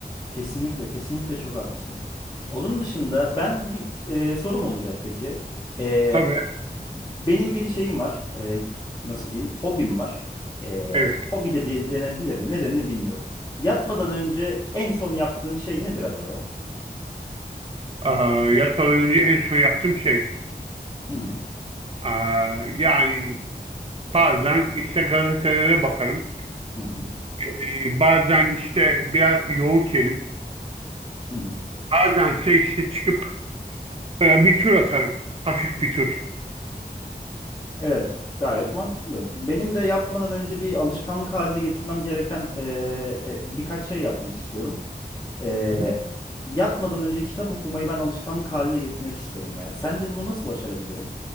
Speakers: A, on the left (about 25°); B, on the right (about 35°).
A: Kesinlikle, kesinlikle çok haklısın. Onun dışında ben bir e, sorum olacak peki. E,
B: Tabii
A: Benim bir şeyim var. Ee, nasıl diyeyim? Hobim var. Ee,
B: evet.
A: hobi de diye- denebilir de ne denir bilmiyorum. Yatmadan önce en son yaptığın şey nedir acaba?
B: Aa, yatmadan önce en son yaptığım şey.
A: Hı hı,
B: Aa, yani bazen işte gazetelere bakarım.
A: hı hı,
B: E, bazen işte biraz yoğurt yerim.
A: hı hı.
B: Bazense işte çıkıp e, bir tur atarım. Hafif bir tur.
A: Evet, gayet mantıklı. Benim de yapmadan önce bir alışkanlık haline getirmem gereken ee, e, birkaç şey yapmak istiyorum. Ee,
B: hı
A: yatmadan önce kitap okumayı ben alışkanlık haline getirmek istiyorum ya. Sence bunu nasıl başarabilirim?